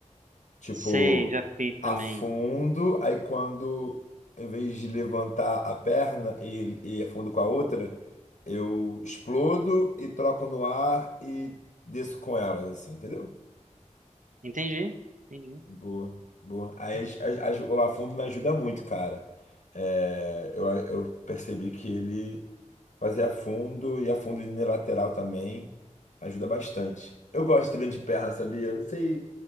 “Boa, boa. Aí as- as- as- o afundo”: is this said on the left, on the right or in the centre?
Left